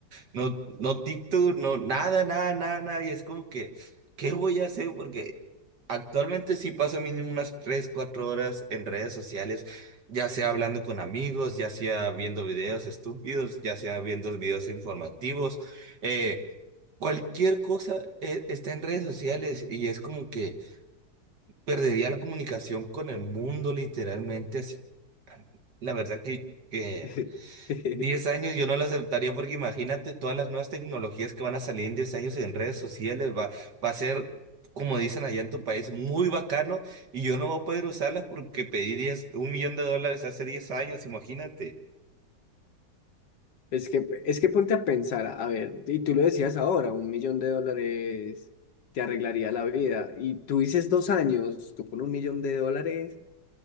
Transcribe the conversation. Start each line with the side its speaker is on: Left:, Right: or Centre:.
Right: no, no TikTok, no nada, nada, nada, nada. Y es como que, ¿qué voy a hacer? Porque actualmente sí paso mínimo unas 3 4 horas en redes sociales, ya sea hablando con amigos, ya sea viendo videos estúpidos, ya sea viendo videos informativos. Eh, Cualquier cosa eh, está en redes sociales y es como que perdería la comunicación con el mundo literalmente. Así, la verdad que, que
Left: <laughs>
Right: 10 años yo no lo aceptaría porque imagínate todas las nuevas tecnologías que van a salir en 10 años en redes sociales. Va, va a ser, como dicen allá en tu país, muy bacano y yo no voy a poder usarlas porque pedí 10, un millón de dólares hace 10 años, imagínate.
Left: Es que, es que ponte a pensar, a a ver, y tú lo decías ahora, un millón de dólares te arreglaría la vida. Y tú dices dos años, tú con un millón de dólares,